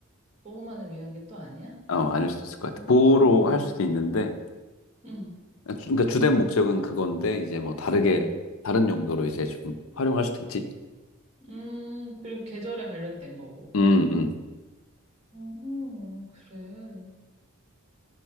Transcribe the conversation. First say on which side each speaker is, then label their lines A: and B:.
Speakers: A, on the right (about 30°); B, on the left (about 70°).
A: 보호만을 위한 게 또 아니야?
B: 어, 아닐 수도 있을 것 같아.
A: 음,
B: 보호로 할 수도 있는데,
A: 음,
B: 주- 그러니까 주된 목적은 그건데, 이제 뭐 다르게,
A: 음,
B: 다른 용도로 이제 좀 활용할 수도 있지.
A: 음, 그리고 계절에 관련된 거고.
B: 음, 음,
A: 오, 그래.